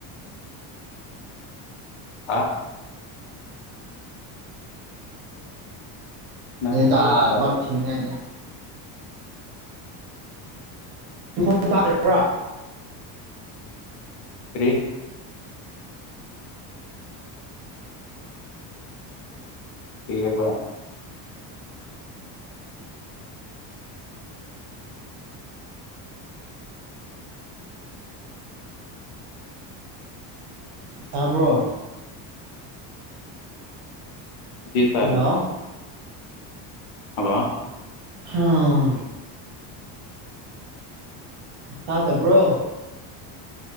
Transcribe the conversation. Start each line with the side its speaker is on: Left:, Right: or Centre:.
Left: ꯍꯥꯥ ꯅꯪ ꯍꯥꯏꯗꯤ
Right: ꯊ
Left: ꯄꯩꯁꯥ ꯇꯥꯗꯦ
Right: ꯇꯅꯦꯅꯦ ꯈꯣꯡꯣꯡ ꯇꯥꯗ꯭ꯔꯔꯕ꯭ꯔꯥ
Left: ꯐꯔꯤ ꯏꯍꯕ
Right: ꯇꯥꯕ꯭ꯔꯣ
Left: ꯖꯤꯇꯥꯦ
Right: ꯍꯜꯂꯣ
Left: ꯍꯗꯣ
Right: ꯑꯥ ꯇꯥꯗꯕ꯭ꯔꯣ